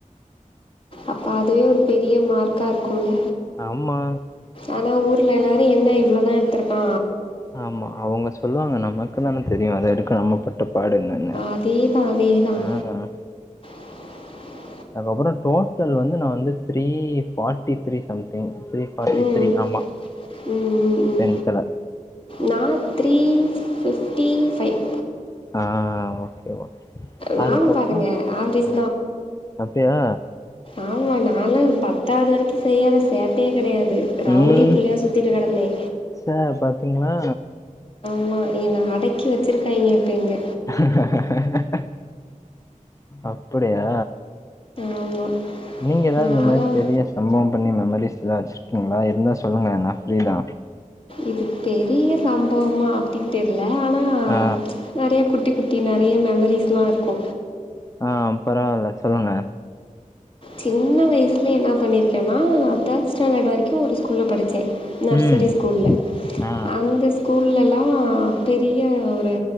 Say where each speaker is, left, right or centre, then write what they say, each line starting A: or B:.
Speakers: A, on the left; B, on the left.
A: அப்ப அது ஒரு பெரிய மார்க்காக இருக்குல்ல
B: ஆமா
A: ஆனா ஊர்ல எல்லாரு என்ன இவ்ளோதா எடுத்ருக்கா
B: ஆமா அவுங்க சொல்லுவாங்க நமக்கு தான தெரியு அதுக்கு எடுக்க நம்ம பட்ட பாடு என்ன னு
A: அதே தான் அதே தான்
B: அஹ
A: <inaudible>
B: அதுக்கு அப்றோ டோட்டல் வந்து நா வந்து three forty three something three forty
A: ம்
B: த்ரீ ஆமா
A: ம் ம் ம்
B: டென்துல
A: நான் த்ரீ ஃபிஃப்டி ஃபைவ்
B: ஆ ஓகே மா
A: நானும்
B: அதுக்கு அப்றோ
A: பாருங்கள் ஆவரேஜ்
B: அ அப்டியா
A: ஆமா நால்லா பத்தாவது வரைக்கு செய்யாத சேட்டையே கெடையாது ரவுடி
B: ம்
A: பிள்ளையா சுத்திட்டு கெடந்தே
B: சார் பாத்திங்ன்னா
A: ஆமா என்னா அடக்கி வச்சுருக்காங்க இப்போ இங்க
B: <inaudible> அப்டியா
A: ஆமாம்
B: நீங்க ஏதாவ்து
A: நான்லாம்
B: இந்த மாதிரி பெரிய சம்பவோ பண்ணி மெமரிஸ் எதாச்சு வச்சிருக்கீங்ளா இருந்தா சொல்லுங்க நா ஃப்ரிதா
A: இது பெரிய சம்பவமா அப்படின்னு தெரில ஆனா
B: ஆ
A: நறையா குட்டி குட்டி நறையா மெமரீஸ்லா இருக்கூ
B: ஆ பரவால்ல சொல்லுங்க
A: சின்ன வயசில என்னா பண்ணியிருக்கேன்னா நா தேர்ட் ஸ்டாண்டர்ட் வரைக்கு ஒரு ஸ்கூல்ல் படிச்சே நர்சரி
B: ம்
A: ஸ்கூல்ல
B: ஆ
A: அந்த ஸ்கூல்லலா பெரிய ஒரு